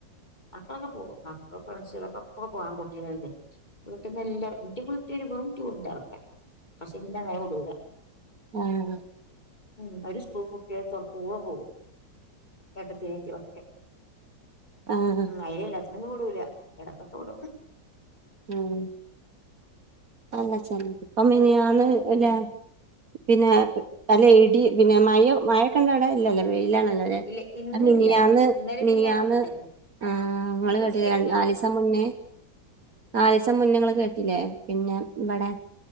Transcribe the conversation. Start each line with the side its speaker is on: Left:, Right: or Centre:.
Left: മക്കളൊക്കെ പോകും മക്കള് ഫ്രണ്ട്സ് ളൊക്കെ എപ്പളും പോവു ആൺകുട്ടിയോളല്ലേ വീട്ടിന്നെല്ലാരും എന്റെ വീട്ടുകാര് വെറും ടൂറിന്റെ ആൾക്കാരാ പക്ഷെ എന്നെ അങ്ങനെ വിടൂല്ല
Right: ആഹ്
Left: ഉം അവര് സ്കൂൾ പൂട്ടിയാ അഹ് തൊറ്ക്കോളും പോവും ഏട്ടത്തി അനിയത്തി ളൊക്കെ
Right: ആഹ്
Left: ഉം അയ്ന് എല്ലാത്തിനൊന്നും വിടൂല എടക്ക് ഒക്കെ വിടും
Right: ഉം അല്ല ചെൽ ഇപ്പം മിനിയാന്ന്
Left: പിന്നെ
Right: അല്ല പിന്നെ നല്ല ഇടി പിന്നെ മഴ മഴയൊക്കണ്ടവിടെ ഇല്ലല്ല വെയിലാണല്ലോ
Left: ഇല്ല ഇന്നില്ല
Right: മിനിയാന്ന്
Left: ഇന്നലെ മിനിഞ്ഞാന്നൊക്കെ
Right: മിനിയാന്ന്
Left: ഉണ്ടായിരുന്നു
Right: ആഹ് ഇങ്ങള്
Left: നിങ്ങൾ
Right: കേട്ടിലെ
Left: നിസ്കരിക്കാ
Right: നാലിസം മുന്നെ നാലീസം മുന്നെ ങ്ങള് കേട്ടില്ലേ പിന്നെ ഇവിടെ